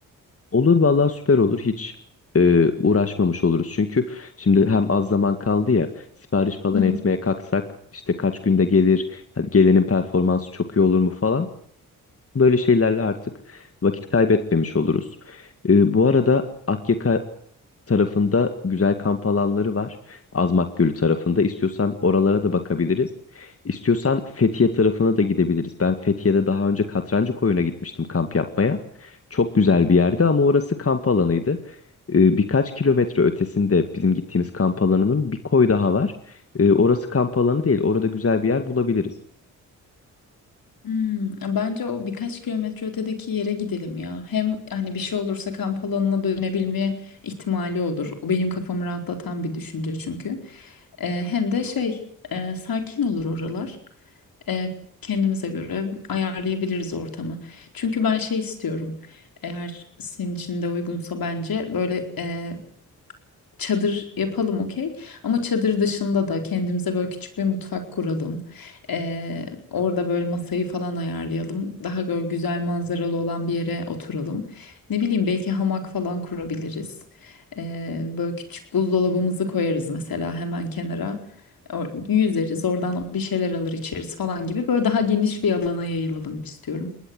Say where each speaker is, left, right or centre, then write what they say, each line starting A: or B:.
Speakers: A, on the left; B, on the left.
A: Olur vallahi süper olur. Hiç e, uğraşmamış oluruz. Çünkü şimdi hem az zaman kaldı ya sipariş falan
B: Hı hı.
A: etmeye kalksak işte kaç günde gelir, hadi gelenin performansı çok iyi olur mu falan. Böyle şeylerle artık vakit kaybetmemiş oluruz. Ee, bu arada Akyaka tarafında güzel kamp alanları var. Azmak Gölü tarafında. İstiyorsan oralara da bakabiliriz. İstiyorsan Fethiye tarafına da gidebiliriz. Ben Fethiye'de daha önce Katrancı Koyun'a gitmiştim kamp yapmaya. Çok güzel bir yerdi ama orası kamp alanıydı. Ee, birkaç kilometre ötesinde bizim gittiğimiz kamp alanının bir koy daha var. Ee, orası kamp alanı değil. Orada güzel bir yer bulabiliriz.
B: Hmm, bence o birkaç kilometre ötedeki yere gidelim ya. Hem hani bir şey olursa kamp alanına dönebilme ihtimali olur. O benim kafamı rahatlatan bir düşünce çünkü. Ee, hem de şey e, sakin olur oralar. e, kendimize göre ayarlayabiliriz ortamı. Çünkü ben şey istiyorum. Eğer senin için de uygunsa bence böyle e, Çadır yapalım okey. Ama çadır dışında da kendimize böyle küçük bir mutfak kuralım. Ee, orada böyle masayı falan ayarlayalım. Daha böyle güzel manzaralı olan bir yere oturalım. Ne bileyim belki hamak falan kurabiliriz. Ee, böyle küçük buzdolabımızı koyarız mesela hemen kenara. Or- Yüzeriz oradan bir şeyler alır içeriz falan gibi. Böyle daha geniş bir alana yayılalım istiyorum.